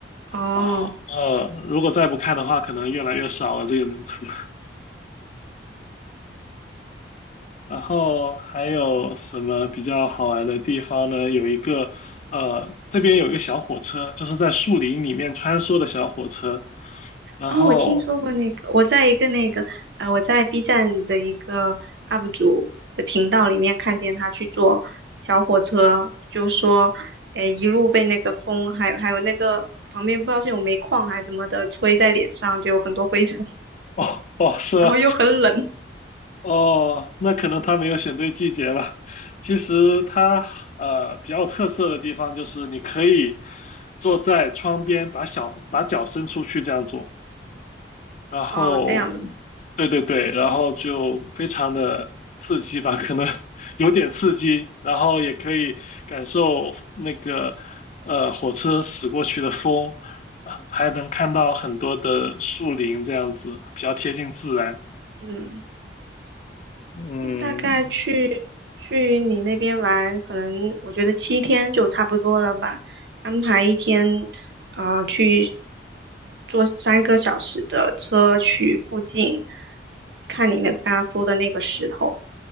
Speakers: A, on the right; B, on the left.
A: 哦。
B: 然后呃，如果再不看的话，可能越来越少了这个门徒。<laughs> 然后还有什么比较好玩的地方呢？有一个呃，这边有一个小火车，就是在树林里面穿梭的小火车，然后。
A: 哦，我听说过那个，我在一个那个，呃，我在 B 站的一个 UP 主的频道里面看见他去坐小火车，就说，哎，一路被那个风，还有还有那个旁边不知道是有煤矿还是怎么的，吹在脸上，就有很多灰尘，<laughs>
B: 哦哦，是吗？
A: 然后又很冷，
B: 哦，那可能他没有选对季节吧。其实它呃比较有特色的地方就是你可以坐在窗边，把小把脚伸出去这样做，然后
A: 哦，这样的，
B: 对对对，然后就非常的刺激吧，可能 <laughs> 有点刺激，然后也可以感受那个呃火车驶过去的风，啊还能看到很多的树林这样子，比较贴近自然。
A: 嗯。
B: 嗯
A: 那大概去去你那边玩，可能我觉得七天就差不多了吧。安排一天，呃，去坐三个小时的车去附近，看你那刚刚说的那个石头，